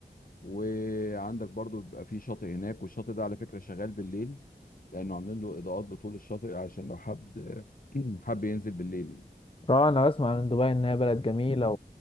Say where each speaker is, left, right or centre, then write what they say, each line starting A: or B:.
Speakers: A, on the left (about 55°); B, on the left (about 35°).
A: وعندك برضو بيبقى في شاطئ هناك والشاطئ ده على فكره شغال بالليل لانه عاملين له اضاءات بطول الشاطئ عشان لو حد <clears throat> حب ينزل بالليل يعني
B: آه أنا بسمع عن دبي إنها بلد جميلة